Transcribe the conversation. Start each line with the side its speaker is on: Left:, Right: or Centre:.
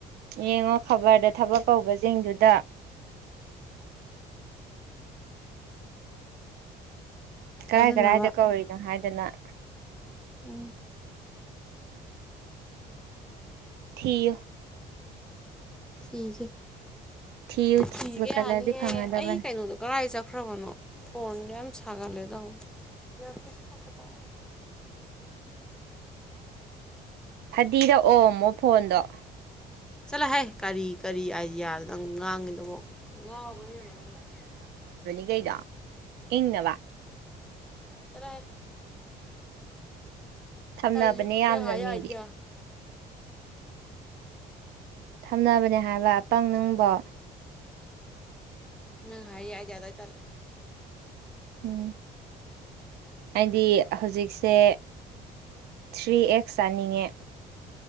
Right: ꯌꯦꯡꯉꯣ ꯈꯕꯔꯗ ꯊꯕꯛ ꯀꯧꯕꯖꯤꯡꯗꯨꯗ
Centre: ꯊꯥꯖꯤꯟꯅꯕ
Right: ꯀꯔꯥꯏ ꯀꯔꯥꯏꯗ ꯀꯧꯔꯤꯅꯣ ꯍꯥꯏꯗꯅ
Centre: ꯎꯝ
Right: ꯊꯤꯌꯨ
Centre: ꯊꯤꯒꯦ
Right: ꯊꯤꯌꯨ ꯊꯤꯕ
Centre: ꯊꯤꯒꯦ
Right: ꯀꯜꯂꯗꯤ
Centre: ꯌꯥꯅꯤ ꯌꯦ
Right: ꯐꯪꯒꯗꯕꯅꯤ
Centre: ꯑꯩ ꯀꯩꯅꯣꯗ ꯀꯔꯦꯏ ꯆꯠ ꯈ꯭ꯔꯕꯅꯣ ꯐꯣꯟꯖꯦ ꯌꯥꯝ ꯁꯥꯒꯠꯂꯦ ꯇꯧꯕ ꯏꯌꯔꯄꯤꯁ ꯍꯥꯞꯀꯦ ꯇꯧꯕ
Right: ꯐꯗꯤꯗ ꯑꯣꯝꯃꯣ ꯐꯣꯟꯗꯣ
Centre: ꯆꯠꯂꯍꯩ ꯀꯔꯤ ꯀꯔꯤ ꯑꯥꯏꯗꯤꯌꯥ ꯅꯪ ꯉꯥꯡꯉꯤꯗꯨꯕꯣ ꯉꯥꯎꯔꯕꯣ ꯏꯕꯦꯃꯥ ꯅꯪꯕꯣ
Right: ꯗꯩꯗꯣ ꯏꯪꯅꯕ
Centre: ꯆꯠꯂꯣꯍꯩ
Right: ꯊꯝꯅꯕꯅꯦ
Centre: ꯇꯜꯂꯤ
Right: ꯌꯥꯝꯅ
Centre: ꯅꯪ ꯍꯥꯏꯔꯤ
Right: ꯃꯤꯗꯤ
Centre: ꯑꯥꯏꯗꯤꯌꯥ
Right: ꯊꯝꯅꯕꯅꯦ ꯍꯥꯏꯕ ꯑꯄꯪ ꯅꯪꯕꯣ
Centre: ꯅꯪ ꯍꯥꯏꯔꯤ ꯑꯥꯏꯗꯤꯌꯥꯗꯣ ꯑꯩ ꯇꯜꯂꯦ
Right: ꯎꯝ ꯍꯥꯏꯗꯤ ꯍꯧꯖꯤꯛꯁꯦ ꯊ꯭ꯔꯤ ꯑꯦꯛꯁ ꯆꯥꯅꯤꯡꯉꯦ